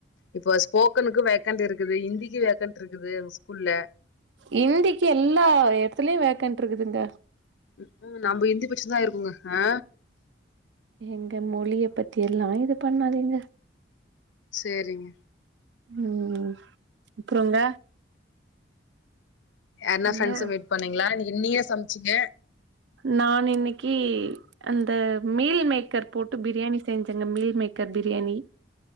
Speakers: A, on the left; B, on the right.
A: இப்போ ஸ்போக்கனுக்கு வேக்கண்ட் இருக்குது ஹிந்திக்கு வேக்கண்ட் இருக்குது ஸ்கூல்ல
B: ஹிந்திக்கு எல்லா எடத்துலயு வேக்கன்ட்டு இருக்குதுங்க
A: ம் ஹு நம்ப இந்தி படிச்சிருந்தா ஆயிருக்கோங்க ஆ
B: எங்க மொழிய பத்தி எல்லா இது பண்ணாதீங்க
A: சேரிங்க
B: ம் அப்புறங்க
A: என்னா
B: என்ன
A: ஃப்ரெண்ட்ஸ மீட் பண்ணீங்களா இன்னக் நீயா சமைச்சுங்க
B: நான் இன்னைக்கு அந்த மீல் மேக்கர் போட்டு பிரியாணி செஞ்சேங்க மீல் மேக்கர் பிரியாணி